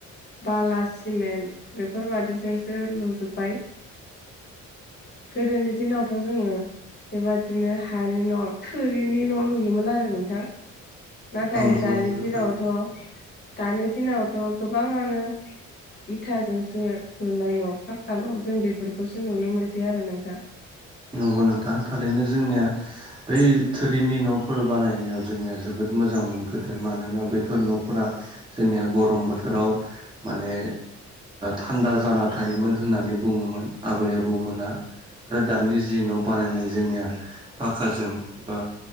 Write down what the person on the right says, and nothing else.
औ नंगौ
नोंथां
थारैनो
नंगौ नोंथा थारैनो जोंनिया बै थोरिनि न'फोर बानायनायाव जोंनिया जोबोद मोजां मोनो। मोनग्रोदो मानोना बैफोर न'फोरा जोंनिया गरम बोथोराव माने। थान्दा जाना थायोमोन होननानै बुङोमोन आबै आबौमोना आरो दानि जि न' बानायनाय जोंनिया पाकाजों एबा